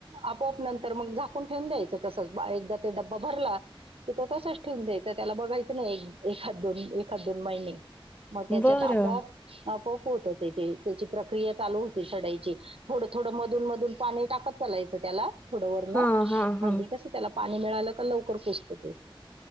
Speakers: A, on the right (about 85°); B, on the left (about 15°).
A: आपोआप नंतर मग झाकून ठेवून द्यायचं तसच एकदा ते डब्बा भरला की तो तसच ठेवून द्यायचा त्याला बघायचं नाही एखद दोन एखाद दोन महिने मग त्याच्यात
B: बरं
A: आपोआप होत ते त्याची प्रक्रिया चाल होती सडायची थोड थोड म मधून मधून पाणी टाकत चालायचं त्याला थोडं वरन
B: हा
A: म्हणजे
B: हा हा
A: कसं त्याला पाणी मिळालं का लवकर कुजत ते.